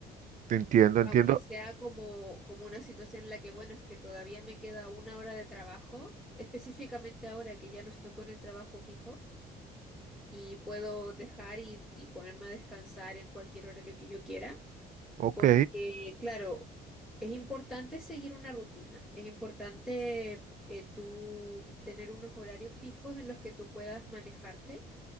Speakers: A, on the right (about 50°); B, in the centre.
A: te entiendo, entiendo.
B: Aunque sea como, como una situación en la que, bueno, es que todavía me queda una hora de trabajo, específicamente ahora que ya no estoy con el trabajo fijo y puedo dejar y, y ponerme a descansar en cualquier horario que yo quiera
A: Ok.
B: porque, claro, es importante seguir una rutina, es importante eh, tú tener unos horarios fijos en los que tú puedas manejarte,